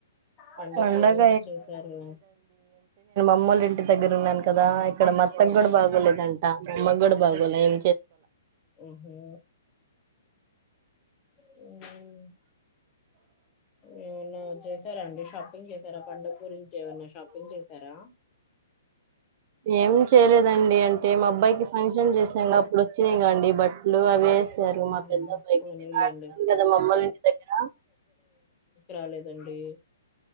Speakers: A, on the left; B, on the right.
A: పండక్కి
B: పండగ
A: ఏమేం చేశారు
B: అమ్మోల్ల ఇంటి దగ్గర ఉన్నాను కాద దా ఇక్కడ మా అత్త కూడా బాగోలేదండి మా అమ్మ గుడా బాగొలేం
A: ఓహో హుమ్ హుమ్ చేసారా అండి షాపింగ్ చేశారా పండుగ గురించి ఏవైనా షాపింగ్ చేశారా
B: ఏం చేయలేదు దండి అంటే మా అబ్బాయికి ఫంక్షన్ చేసునప్పుడు వచ్చినాయిగాండి బట్టలు అవి వేసారు
A: హుహు.
B: మా పెద్ద అబ్బాయికి
A: పోనీలెండి.
B: కదా మాఅమ్మోల ఇంటి దగ్గర
A: రాలేదండి